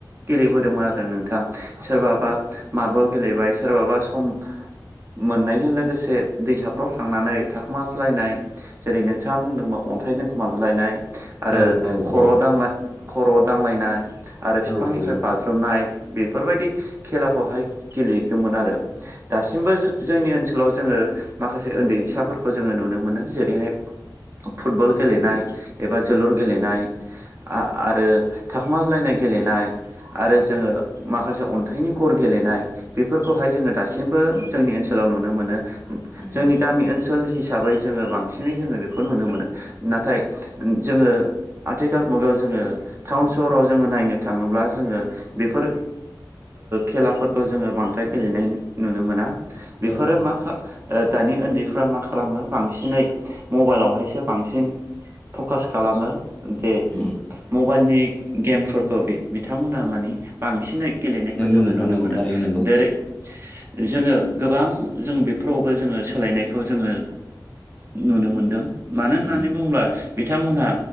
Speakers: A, on the right (about 30°); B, on the left (about 20°).
A: गेलेबोदोंमोन आरो नोंथां सोरबाबा मार्बल गेलेबाय सोरबाबा सम मोननायजों लोगोसे दैसाफ्राव थांनानै थाखोमाज्लायनाय जेरै नोंथाङा बुंदोंबा अनथाइ दोनखोमाजोलायनाय आरो
B: औ औ
A: खर'
B: औ
A: खर'आव दांलायनाय आरो बिफांनिफ्राय
B: औ औ
A: बा ज्रुमनाय बेफोरबायदि खेलाखौहाय गेलेदोंमोन आरो दासिमबो जो जोंनि ओनसोलाव जोङो माखासे उन्दैसाफोरखौ जोङो नुनो मोनो जेरैहाय फुटबल गेलेनाय एबा जोलुर गेलेनाय आरो थाखोमाज्लायनाय गेलेनाय आरो जोङो माखासे अन्थाइनि गर गेलेनाय बेफोरखौहाय जोङो दासिमबो जोंनि ओनसोलाव नुनो मोनो आ
B: नोंथां
A: जोंनि गामि ओनसोल हिसाबै जोङो बांसिनै जोङो बेखौ नुनो मोनो नाथाय जोङो। आथिखाल मुगायाव जोङो टाउन सहराव जोङो नायनो थाङोब्ला जोङो बेफोर खेलाफोरखौ जोङो बांद्राय गेलेनाय नुनो मोना बेफोरो
B: औ औ
A: मा? ओ दानि उन्दैफ्रा मा खालामो बांसिनै मबाइलावहायसो बांसिन फकास खालामो बे
B: उम
A: मबाइलनि गेमफोरखौ बिथांमोना माने बांसिनै गेलेनायखौ
B: नंगौ
A: जोङो
B: नोंथां
A: नुनो
B: नंगौ
A: मोनो
B: थारैनो नंगौ
A: दाय रेक जोङो गोबां जोंङो बेफोरावबो जोङो सोलायनायखौ जोङो नुनो मोनदों मानो होननानै
B: उम
A: बुङोब्ला बिथांमोनहा